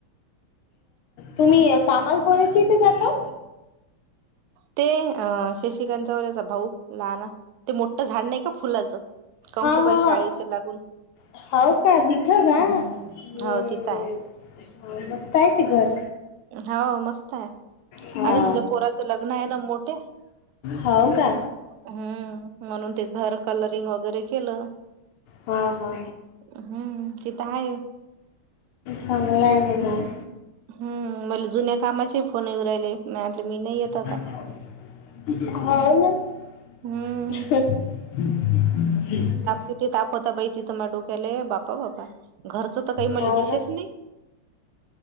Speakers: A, on the left; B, on the right.
A: तुम्ही कामाला कोण्याच्या इथे जाता.
B: ते अ शशिकांचा व याचा भाऊ लहाना ते मोठं झाड नाही का फुलाचं. कंकुबाई
A: हा हा
B: शाळेच्या
A: हा
B: लागून
A: हाय का तिथं का
B: हम्म
A: हम्.
B: हो तिथं आहे.
A: मस्त आहे ते घर.
B: हो मस्त आहे.
A: हा
B: आता तिच्या पोराचं लग्न आहे ना मोठ्या
A: हाव का
B: हम्म. म्हणून ते घर कलरिंग वगैरे केलं.
A: हा हा हा
B: हम्म तिथं आहे
A: चांगलं ना मग.
B: हम् मला जुन्या कामाचे फोन येऊ राहिले मी म्हटले मी नाही येत.
A: हो
B: आता
A: ना
B: हम्म
A: <unintelligible>
B: तिथे ताप होता बाई तिथं म डोक्याला बापा बापा घरचं तर काही
A: हो
B: मले दिशेच
A: ना
B: नाही.